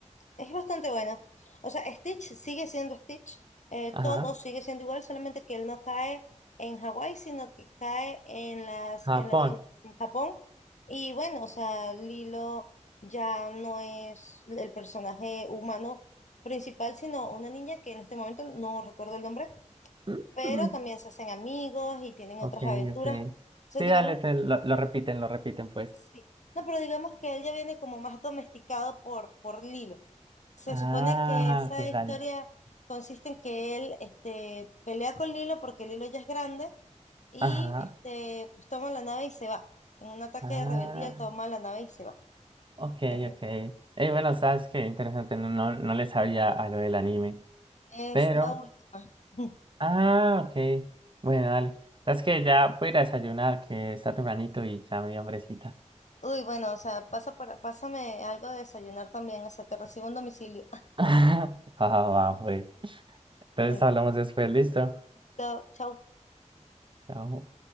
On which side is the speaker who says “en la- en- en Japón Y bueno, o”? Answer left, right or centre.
Left